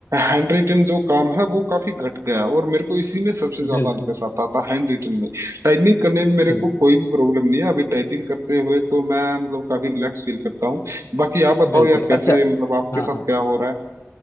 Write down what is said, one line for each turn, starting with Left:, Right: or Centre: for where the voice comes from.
Right: हैंड रिटन जो काम है वो काफी घट गया है और मेरे को इसी में सबसे ज्यादा
Left: बिल्कुल
Right: अलकस आता था हैंड रिटन में टाइपिंग करने में मेरे
Left: बिल्कुल
Right: को कोई भी प्रॉब्लम नहीं है अभी टाइपिंग करते हुए तो मैं मतलब काफी रिलैक्स फील करता हूँ बाकी आप बताओ
Left: बिल्कुल
Right: यार कैसे
Left: अच्छा
Right: मतलब आपके
Left: हाँ
Right: साथ
Left: हाँ
Right: क्या हो रहा है